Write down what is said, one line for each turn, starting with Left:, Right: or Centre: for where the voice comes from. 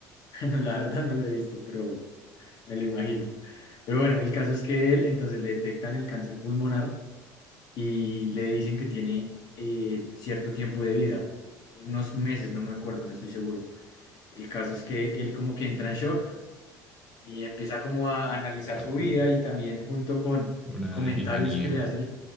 Left: <laughs> No, la verdad no lo he visto, pero me lo imagino. Pero bueno, el caso es que él, entonces le detectan el cáncer pulmonar y le dicen que tiene eh, cierto tiempo de vida, unos meses, no me acuerdo, no estoy seguro. El caso es que él como que entra en shock y empieza como a analizar
Centre: Qué fuerte.
Left: su vida y también junto con
Centre: Una
Left: comentarios
Centre: epifanía.
Left: que le hace